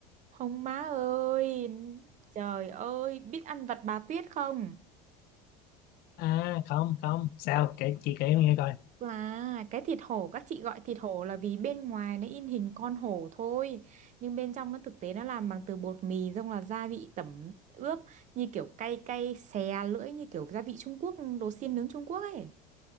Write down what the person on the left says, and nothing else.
à không không sao kể chị kể em nghe coi